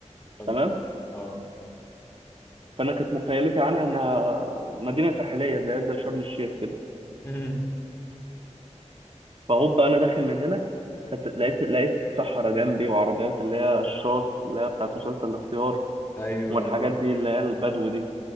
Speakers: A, on the left; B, on the right.
A: حلو
B: تمام
A: اه
B: فانا كانت مخيلتي عنها انها مدينه ساحليه زي زي شرم الشيخ كده
A: مم.
B: فهوب انا داخل من هنا كانت لقيت لقيت صحراء جنبي وعربيات اللي هي الشاص اللي هي بتاعت مسلسل الاختيار
A: أيوه
B: والحاجات
A: أيوه
B: دي اللي هي البدو دي